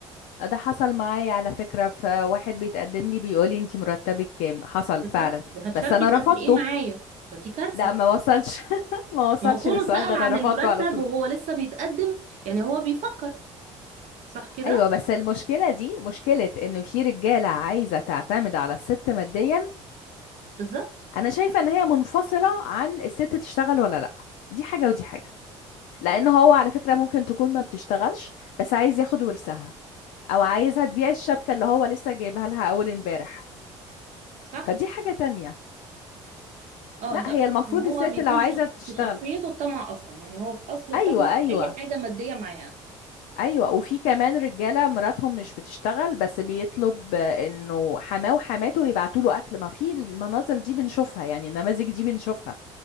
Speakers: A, on the left; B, on the right.
A: ده حصل معايا على فكرة فواحد بيتقدم لي بيقول لي انتي مرتبك كام حصل
B: بالظبط
A: فعلا
B: وهتشاركي
A: بس انا رفضته
B: بقد ايه معايا فدي كارثة
A: لا ما وصلش <laughs> ما وصلش
B: ما هو كونه
A: للسؤال
B: سأل
A: ده انا
B: عن
A: رفضته
B: المرتب
A: على طول
B: وهو لسه بيتقدم يعني هو بيفكر صح كده
A: ايوه بس المشكله دي مشكله ان في رجاله عايزه تعتمد على الست ماديا
B: بالظبط
A: انا شايفه ان هي منفصله عن الست تشتغل ولا لا دي حاجه ودي حاجه لان هو على فكره ممكن تكون ما بتشتغلش بس عايز ياخد ورثها او عايزها تبيع الشبكه اللي هو لسه جايبها لها اول امبارح
B: صح
A: فدي حاجه تانية
B: اه
A: لا
B: انت قصدك
A: هي المفروض
B: ان هو
A: الست
B: بيكون
A: لو عايزه
B: شخص
A: تشتغل
B: في شخصيته الطمع اصلا يعني هو في اصله
A: ايوه
B: الطمع
A: ايوه
B: في اي حاجة مادية معايا
A: ايوه وفي كمان رجاله مراتهم مش بتشتغل بس بيطلب آه، انه حماه وحماته يبعتوا له اكل ما في المناظر دي بنشوفها يعني النماذج دي بنشوفها